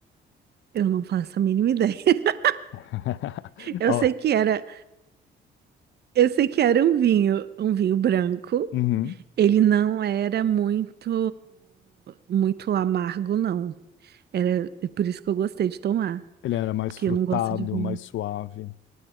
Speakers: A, on the right (about 55°); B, on the left (about 75°).
A: Eu não faço a mínima ideia. <laughs>
B: <laughs>
A: Eu
B: Ó,
A: sei que era, eu sei que era um vinho, um vinho branco.
B: uhum.
A: Ele não era muito, muito amargo, não. Era é por isso que eu gostei de tomar,
B: Ele era mais
A: porque
B: frutado,
A: eu não gosto de vinho.
B: mais suave,